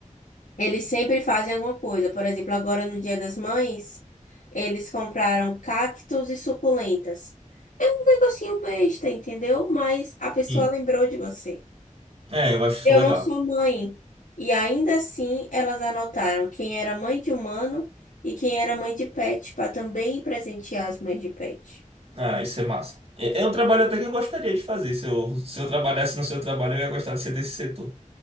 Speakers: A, on the left (about 90°); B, on the right (about 50°).
A: Eles sempre fazem alguma coisa. Por exemplo, agora no Dia das Mães, eles compraram cactos e suculentas. É um negocinho besta, entendeu? Mas a pessoa
B: Sim.
A: lembrou de você.
B: É, eu acho isso
A: Eu
B: legal.
A: não sou mãe. E ainda assim, elas anotaram quem era mãe de humano e quem era mãe de pet, para também presentear as mães de pet.
B: Ah, isso é massa. É, é um trabalho até que eu gostaria de fazer. Se eu, se eu trabalhasse no seu trabalho, eu ia gostar de ser desse setor.